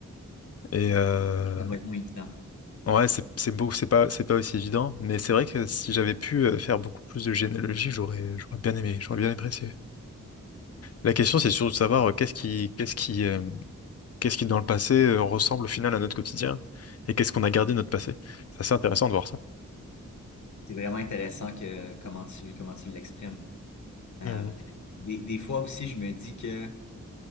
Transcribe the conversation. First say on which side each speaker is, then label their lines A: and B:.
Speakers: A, on the left; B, on the left.
A: Et euh,
B: Ça doit être moins évident.
A: ouais, c'est, c'est beau, c'est pas, c'est pas aussi évident, mais c'est vrai que si j'avais pu euh, faire beaucoup plus de généalogie, j'aurais, j'aurais bien aimé, j'aurais bien apprécié. La question, c'est surtout de savoir euh, qu'est-ce qui, qu'est-ce qui, euh, Qu'est-ce qui, dans le passé, euh, ressemble au final à notre quotidien? Et qu'est-ce qu'on a gardé de notre passé? C'est assez intéressant de voir ça.
B: C'est vraiment intéressant que comment tu comment tu l'exprimes. Euh,
A: Mhm.
B: des, des fois aussi, je me dis que